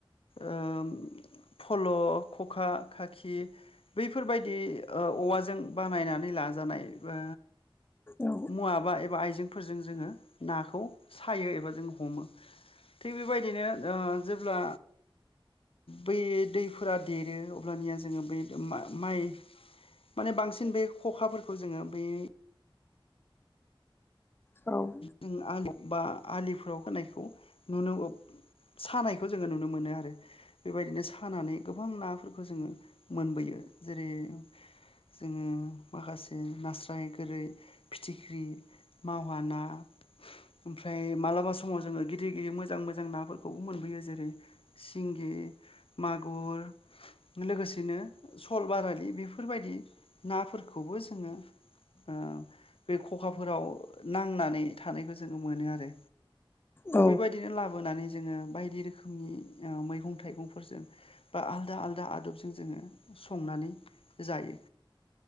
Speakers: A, on the left (about 75°); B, on the left (about 25°).
A: ओम फल, ' खखा, खाखि, बैफोरबायदि ओ औवाजों बानायनानै लाजानाय बा
B: औ
A: मुवाबा एबा आइजेंफोरजों जोङो नाखौ सायो एबा जों हमो। थिग बेबायदिनो ओ जेब्ला बै दैफोरा देरो अब्लानिया जोङो बे मा-माइ माने बांसिन बे खखाफोरखौ जोङो बे
B: औ
A: जों आलि बा आलिफोराव होनायखौ नुनो सानायखौ जोङो नुनो मोनो आरो। बेबायदिनो सानानै गोबां नाफोरखौ जोङो मोनबोयो जेरै जोङो माखासे नास्राय, गोरै, फिथिख्रि, मावहाना ओमफ्राय मालाबा समाव जोङो गिदिर गिदिर मोजां मोजां नाफोरखौबो मोनबोयो जेरै सिंगि, मागुर लोगोसेनो सल, बारालि बेफोरबायदि नाफोरखौबो जोङो ओ बे खखाफोराव नांनानै थानायखौ जोङो मोनो आरो।
B: औ
A: बेबायदि बिदिनो लाबोनानै जोङो बायदि रोखोमनि मैगं थाइगंफोरजों बा आलदा आलदा आदबजों जोङो संनानै जायो।